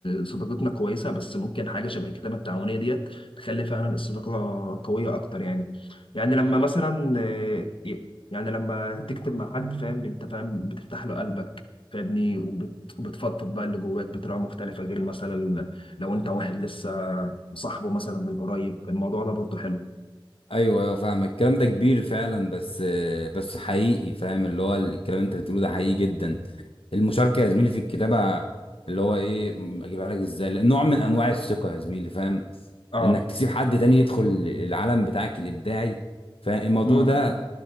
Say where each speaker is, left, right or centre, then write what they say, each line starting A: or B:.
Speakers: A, on the left (about 70°); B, on the left (about 85°).
A: صداقتنا كويسة بس ممكن حاجة شبه الكتابة التعاونية ديت تخلي فعلا الصداقة قوية اكتر يعني يعني لما مثلا آه، يعني لما تكتب مع حد فاهم انت فاهم بتفتح له قلبك فاهمني وبت- وبتفضفض بقى اللي جواك بطريقة مختلفة غير مثلا لو انت واحد لسه صاحبه مثلا من قريب الموضوع ده برضه حلو
B: ايوه ايوه فاهم الكلام ده كبير فعلا بس بس حقيقي فاهم اللي هو الكلام اللي انت بتقوله ده حقيقي جدا المشاركه يا زميلي في الكتابه اللي هو ايه م- اجيبها لك ازاي لأ، نوع من انواع الثقه يا زميلي فاهم
A: اه
B: انك تسيب حد تاني يدخل العالم بتاعك الابداعي فالموضوع
A: امم
B: ده